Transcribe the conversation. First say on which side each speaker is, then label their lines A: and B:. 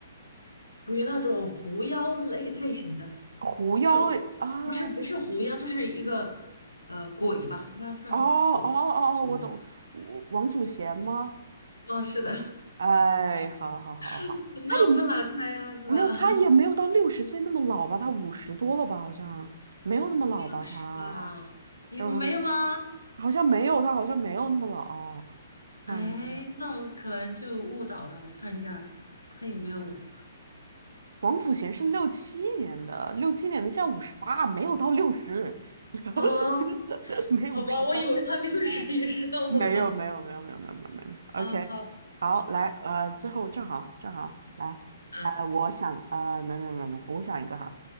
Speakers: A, on the left (about 75°); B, on the right (about 60°).
A: 属于那种狐妖类类型的。
B: 狐妖类啊，
A: 就不是不是狐妖，
B: 哦
A: 就是一个呃鬼吧，应该算鬼。
B: 哦哦哦，
A: 对，
B: 我懂，我王祖贤吗？
A: 哦，是的，
B: 哎，好好好好，
A: <laughs> 那不难猜呀，
B: 他也没
A: 是吧？
B: 没有，他也没有到六十岁那么老吧？
A: <laughs>
B: 他五十多了吧？好像没有那么老吧？
A: 六十吧，
B: 他，
A: 你们没有吗？
B: 嗯，好像没有，他好像没有那么老。看一下，
A: 哎，那我可能就误导了。我看一下，他有没有
B: 王祖贤是六七年的，六七年的，现在五十八，没有到六十，<laughs>
A: 啊？
B: 没有五十八，
A: 好吧，我以为他六十以上了。
B: 五十八 <laughs> 没有没有没有没有没有没有没有，OK，
A: 啊，好
B: 好，来，呃，最后正好正好来，
A: 啊，
B: 呃，我想，呃，没有没有没有没有我想一个哈